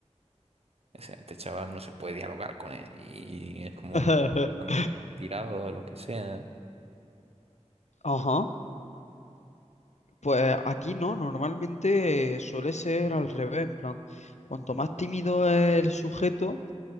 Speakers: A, on the right; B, on the left.
A: o sea, este chaval no se puede dialogar con él y es como
B: <laughs>
A: lo han, lo han tirado o lo que sea.
B: Ajá. Pues aquí no, normalmente eh, suele ser al revés, en plan, cuanto más tímido es el sujeto,